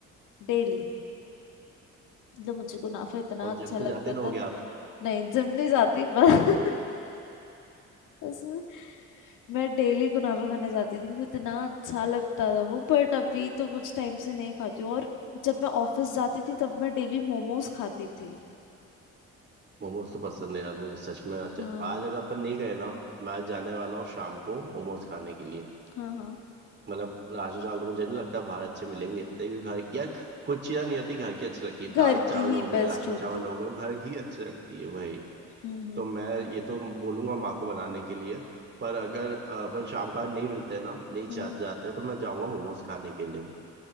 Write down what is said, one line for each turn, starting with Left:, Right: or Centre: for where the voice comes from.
Left: डेली मतलब मुझे कुनाफा इतना
Right: और
Left: अच्छा
Right: जिम तो
Left: लगता
Right: जाते ना
Left: था
Right: हो गया
Left: नहीं जिम नहीं जाती पर <laughs> उसमें मैं डेली कुनाफा खाने जाती थी मुझे इतना अच्छा लगता था वो बट अभी तो कुछ टाइम से नहीं खाती हूँ और जब मैं ऑफिस जाती थी तब मैं डेली मोमोज खाती थी
Right: मोमोज तो पसंद है यार मुझे सच में आज,
Left: हाँ
Right: आज अगर अपन नहीं गए ना मैं आज जाने वाला हूँ शाम को मोमोज खाने के लिए
Left: हाँ हाँ
Right: मतलब राशन चावल तो मुझे नहीं लगता बाहर अच्छे मिलेंगे इतने क्योंकि घर यार कुछ चीज़ें नहीं आती घर की अच्छी लगती है
Left: घर
Right: दाल चावल
Left: की ही
Right: हो गए
Left: बेस्ट
Right: राजमा
Left: होती
Right: चावल हो गए वो घर की ही अच्छी लगती है भाई
Left: हम्म हम्म
Right: तो मैं ये तो बोलूंगा माँ को बनाने के लिए पर अगर अ, अपन शाम को आज नहीं मिलते ना नहीं जा,
Left: हम्म
Right: जाते
Left: हम्म।
Right: तो मैं जाऊंगा मोमोज खाने के लिए